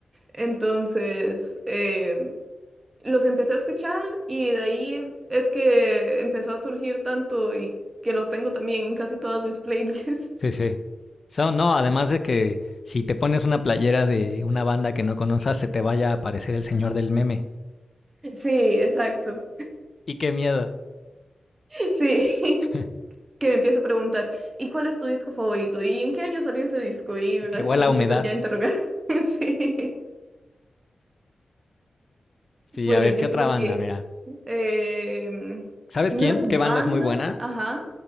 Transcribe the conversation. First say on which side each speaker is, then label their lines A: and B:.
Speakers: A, on the right; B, on the left.
A: Entonces, eh, los empecé a escuchar y de ahí es que empezó a surgir tanto y que los tengo también en casi todas mis playlists.
B: Sí, sí. So, no, además de que si te pones una playera de una banda que no conozcas, se te vaya a aparecer el señor del meme.
A: <laughs> Sí, exacto.
B: Y qué miedo.
A: <laughs> Sí.
B: <laughs>
A: que me empieza a preguntar, ¿y cuál es tu disco favorito? ¿Y en qué año salió ese disco? Y
B: Y qué
A: así
B: huele
A: empiezas
B: a humedad.
A: ya a interrogar. <laughs> Sí.
B: Sí,
A: Bueno,
B: a ver,
A: yo
B: ¿qué otra
A: creo
B: banda?
A: que
B: Mira.
A: em,
B: ¿Sabes
A: no
B: quién?
A: es
B: ¿Qué
A: banda,
B: banda es muy buena?
A: ajá,